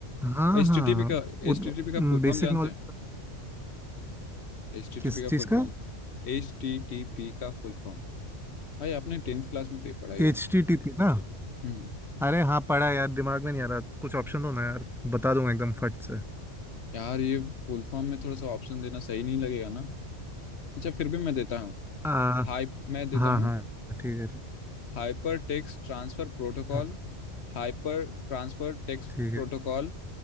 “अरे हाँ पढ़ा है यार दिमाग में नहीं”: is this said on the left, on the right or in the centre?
Centre